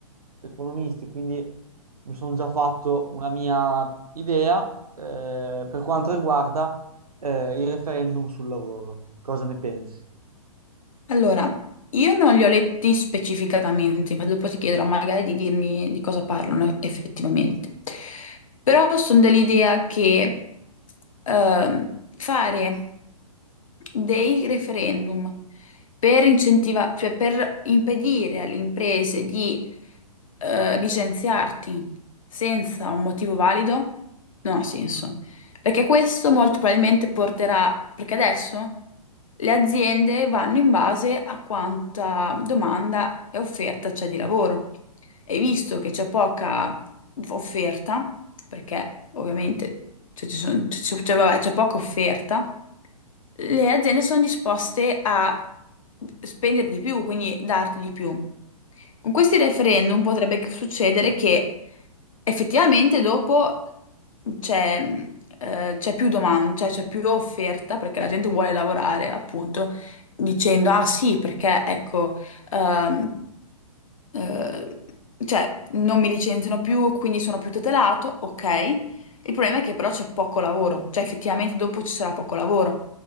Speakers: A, on the right; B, on the left.
A: economisti, quindi mi sono già fatto una mia idea eh, per quanto riguarda eh, il referendum sul lavoro. Cosa ne pensi?
B: Allora, io non li ho letti specificatamente, infatti dopo ti chiederò magari di dirmi di cosa parlano effettivamente. Però sono dell'idea che ehm, fare dei referendum per incentiva- cioè per impedire alle imprese di eh, licenziarti senza un motivo valido non ha senso. Perché questo molto probabilmente porterà, perché adesso le aziende vanno in base a quanta domanda e offerta c'è di lavoro. E visto che c'è poca offerta, perché ovviamente cioè, ci son- c'è c'è- vabbè, c'è poca offerta, le aziende sono disposte a spendere di più, quindi darti di più. Con questi referendum potrebbe che- succedere che effettivamente dopo c'è eh, c'è più domanda, cioè c'è più offerta perché la gente vuole lavorare, appunto, dicendo ah sì, perché ecco, ehm, eh, cioè non mi licenziano più, quindi sono più tutelato, ok. Il problema è che però c'è poco lavoro, cioè effettivamente dopo ci sarà poco lavoro.